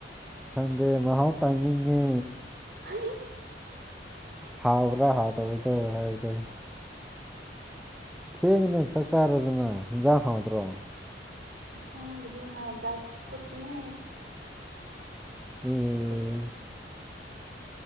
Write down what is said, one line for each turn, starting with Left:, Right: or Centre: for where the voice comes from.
Centre: ꯈꯪꯗꯦ ꯃꯍꯥꯎ ꯇꯪꯅꯤꯡꯉꯦ꯫
Right: <unintelligible>
Centre: ꯍꯥꯥꯎꯕ꯭ꯔ ꯍꯥꯥꯎ ꯇꯕꯨꯗ ꯍꯥꯏꯕꯗꯨ ꯊꯦꯡꯉꯤꯅꯦ ꯆꯥꯛ ꯆꯥꯔꯨꯗꯅ ꯍꯦꯟꯖꯥꯡ ꯍꯥꯎꯗ꯭ꯔꯣ
Right: ꯏꯟꯁꯥꯡꯒꯗꯤ ꯍꯥ ꯗꯁꯀꯨꯠꯅꯦ
Centre: ꯑꯦ
Right: ꯀꯨꯠ